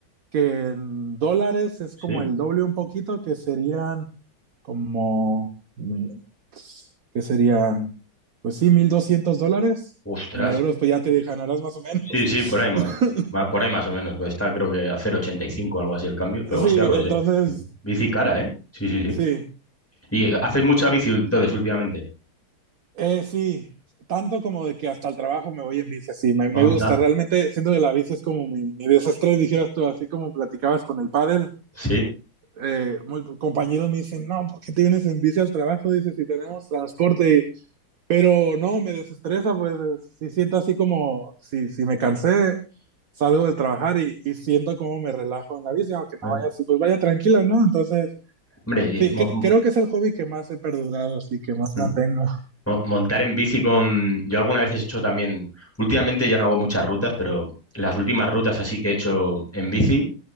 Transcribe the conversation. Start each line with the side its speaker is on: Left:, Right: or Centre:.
Right: que en dólares es como
Centre: ¿Sí?
Right: el doble un poquito, que serían como, mi- que serían, pues sí, 1.200 dólares.
Centre: Ostras.
Right: En euros, pues ya te ganarás más o menos.
Centre: Sí, sí, por ahí, ma-
Right: <laughs>
Centre: ma- por ahí más o menos. Pues está creo que a cero coma ochenta y cinco algo así el cambio, pero
Right: Sí,
Centre: hostia, pues
Right: entonces,
Centre: eh, bici cara, ¿eh? Sí, sí, sí.
Right: sí,
Centre: ¿Y eh, haces mucha bici entonces últimamente?
Right: eh, sí, tanto como de que hasta el trabajo me voy en bici, sí, me, me
Centre: Anda.
Right: gusta, realmente siento que la bici es como mi, mi desestrés, dijeras tú, así como platicabas con el pádel,
Centre: Sí.
Right: eh, muy- compañeros me dicen, no, ¿por qué te vienes en bici al trabajo? Dices, si tenemos transporte, Pero no, me desestresa, pues eh, sí siento así como, si, si me cansé, salgo de trabajar y, y siento como me relajo en la bici, aunque no
Centre: Eh,
Right: vaya así, pues vaya tranquilo, ¿no? Entonces,
Centre: Hombre, y
Right: sí,
Centre: mo-
Right: que-
Centre: mo-
Right: creo que es el hobby que más he perdurado, así que más
Centre: mm,
Right: mantengo.
Centre: mo- montar en bici con... Yo alguna vez he hecho también, últimamente ya no hago muchas rutas, pero las últimas rutas así que he hecho en bici.